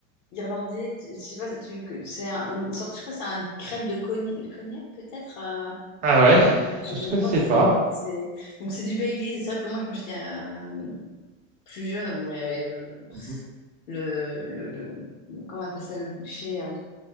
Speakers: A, on the left (about 80°); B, on the right (about 20°).
A: irlandais. Je sais pas, tu- que- c'est un, une sorte- je crois que c'est un crème de cognac, cognac peut-être. euh,
B: ah ouais?
A: Je,
B: Je
A: je
B: connaissais
A: crois que
B: pas.
A: c'est... Donc c'est du Baileys. C'est vrai que moi, quand j'étais euh, plus jeune, bon, il y avait le...
B: Mmh mh.
A: le, le, le- le- comment on appelle ça, le buffet euh,